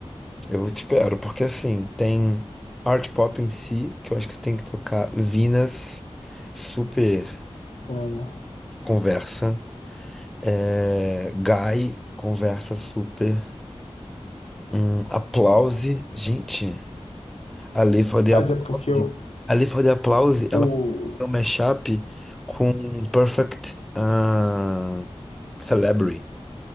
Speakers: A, in the centre; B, on the left.
A: Eu espero, porque assim, tem art pop em si, que eu acho que tem que tocar Venus, super
B: Como...
A: conversa. É, Guy, conversa super. Hum, Applause, gente, a Lei for the
B: Mas
A: Applause,
B: é porque o,
A: a Lei for the Applause, ela
B: o-
A: tem um mashup com Perfect ah, Celebrity.